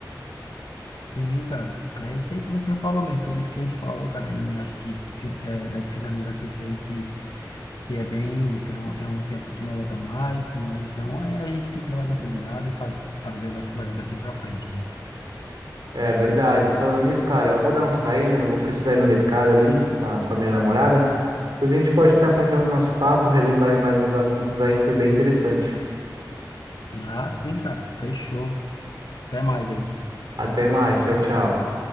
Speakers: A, on the left; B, on the right.
A: Sim, cara. É isso aí que você falou mesmo. Tudo isso que a gente falou, cara, e acho que fi- é, dá de finalizar com isso aí que, que é bem isso. É um, é um tempo que não volta mais, né? Então é, a gente tem que levar de aprendizado e fa fazer o nosso melhor daqui pra frente, né?
B: É verdade. Falando nisso, cara, eu vou dar uma saída, eu vou precisar ir no mercado ali com a, com a minha namorada. Depois a gente pode estar continuando nosso papo, relembrar aí mais uns assuntos aí que foi bem interessante.
A: Ah, sim, cara. Fechou. Até mais aí.
B: Até mais, tchau, tchau.